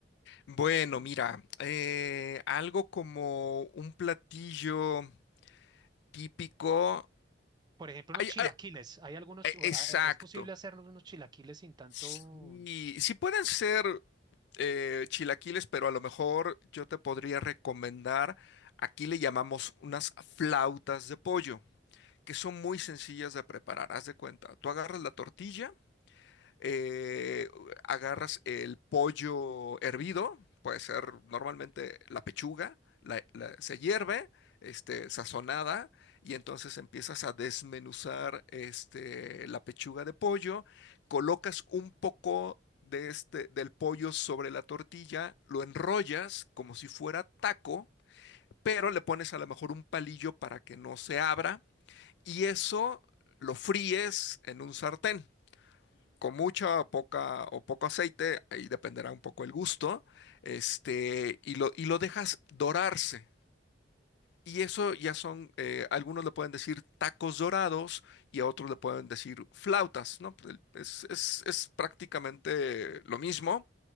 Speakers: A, on the left (about 65°); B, on the right (about 25°).
A: Bueno, mira, eh, algo como un platillo típico.
B: Por ejemplo, unos
A: Ay,
B: chilaquiles.
A: ay,
B: Hay algunos, chi-
A: e-
B: a-
A: exacto.
B: a- es posible hacer unos chilaquiles sin tanto.
A: Sí,
B: O-
A: sí pueden ser. eh, chilaquiles, pero a lo mejor yo te podría recomendar, aquí le llamamos unas flautas de pollo, que son muy sencillas de preparar. Haz de cuenta, tú agarras la tortilla, eh, agarras el pollo hervido, puede ser normalmente la pechuga, la- la- se hierve, este, sazonada, y entonces empiezas a desmenuzar este, la pechuga de pollo, colocas un poco de este, del pollo sobre la tortilla, lo enrollas como si fuera taco, pero le pones a lo mejor un palillo para que no se abra, y eso lo fríes en un sartén con mucha o poca o poco aceite, ahí dependerá un poco el gusto, este, y lo, y lo dejas dorarse. Y eso ya son, eh, algunos le pueden decir tacos dorados y a otros le pueden decir flautas, ¿no? Pues el- Es, es- es prácticamente lo mismo.